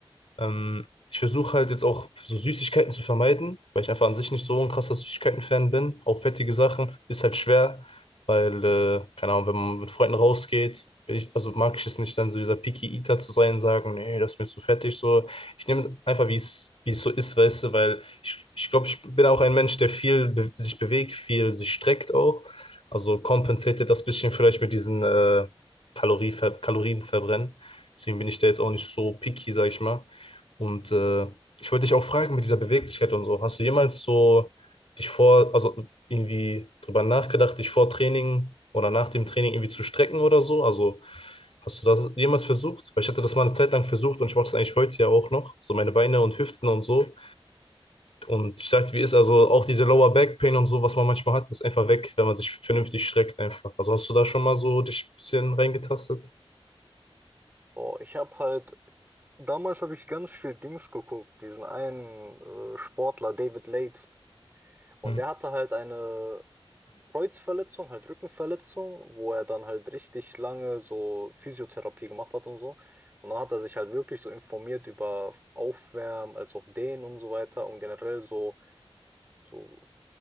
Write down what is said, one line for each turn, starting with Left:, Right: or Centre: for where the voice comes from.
Left: Ähm, ich versuche halt jetzt auch so Süßigkeiten zu vermeiden, weil ich einfach an sich nicht so ein krasser Süßigkeiten-Fan bin. Auch fettige Sachen ist halt schwer, weil, äh, keine Ahnung, wenn man mit Freunden rausgeht, bin ich, also mag ich es nicht, dann so dieser Picky Eater zu sein, sagen, nee, das ist mir zu fettig. So, ich nehme es einfach, wie es, wie es so ist, weißt du, weil ich, ich glaube, ich bin auch ein Mensch, der viel be sich bewegt, viel sich streckt auch. Also kompensiert das bisschen vielleicht mit diesen äh, Kaloriever Kalorienverbrennen. Deswegen bin ich da jetzt auch nicht so picky, sag ich mal. Und äh, ich wollte dich auch fragen mit dieser Beweglichkeit und so. Hast du jemals so dich vor, also irgendwie drüber nachgedacht, dich vor Training oder nach dem Training irgendwie zu strecken oder so? Also hast du das jemals versucht? Weil ich hatte das mal eine Zeit lang versucht und ich mache das eigentlich heute ja auch noch. So meine Beine und Hüften und so. Und ich sagte, wie ist also auch diese Lower Back Pain und so, was man manchmal hat, ist einfach weg, wenn man sich vernünftig streckt einfach. Also hast du da schon mal so dich ein bisschen reingetastet?
Right: Boah, ich habe halt, damals habe ich ganz viel Dings geguckt, diesen einen äh, Sportler, David Late. Und
Left: Hm.
Right: der hatte halt eine Kreuzverletzung, halt Rückenverletzung, wo er dann halt richtig lange so Physiotherapie gemacht hat und so. Und dann hat er sich halt wirklich so informiert über Aufwärmen, als auch Dehnen und so weiter und generell so So,